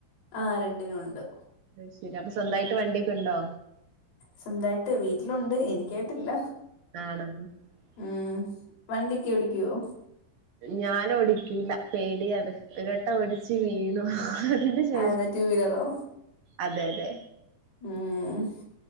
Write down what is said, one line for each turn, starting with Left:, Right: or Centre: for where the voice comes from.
Left: ആ രണ്ടിനും ഉണ്ട്
Right: അത് ശരി അപ്പൊ സ്വന്തയിട്ട് വണ്ടിയൊക്കെ ഉണ്ടോ
Left: സ്വന്തായിട്ട് വീട്ടിലുണ്ട് എനിക്കായിട്ടില്ല
Right: ആണോ
Left: ഉം വണ്ടിയക്കെ ഓടിക്കുവോ
Right: ഞാൻ ഓടിക്കൂല്ല പേടിയാണ് ഒരട്ടം ഒടിച്ച് വീണു അതിന് ശേഷം
Left: അതാ ടു വീലറോ
Right: അതെ അതെ
Left: ഉം